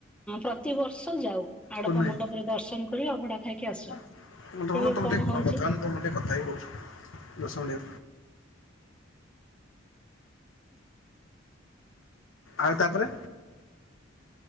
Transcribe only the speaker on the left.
କୁନି ଭାଇ
ହ
ତମେ
ଟିକେ
କଥା ହଉନ, କୁହ ମୁଁ ଟିକେ କଥା ହେଇ କହୁଚି ଦଶ ମିନି ଆଉ ତାପରେ